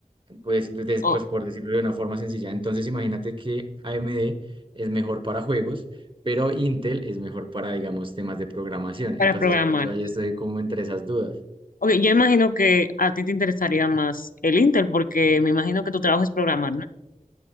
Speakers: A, on the right; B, on the left.
A: pues, de- de-
B: O-
A: pues por decirlo de una forma sencilla. Entonces imagínate que AMD es mejor para juegos, pero Intel es mejor para, digamos, temas de programación. Entonces
B: para programar.
A: por eso ahí estoy como entre esas dudas.
B: Ok, yo imagino que a ti te interesaría más el Intel porque me imagino que tu trabajo es programar, ¿no?